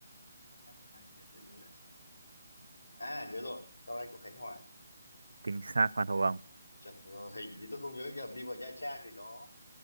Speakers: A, on the left; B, on the right.
A: Cam Ranh để tôi nhớ lại xem nào. à nhớ rồi Cam Ranh của Khánh Hòa
B: chính xác khoan hô ông
A: Trời, rồi hình như tôi không nhớ nhầm đi vào Nha Trang thì nó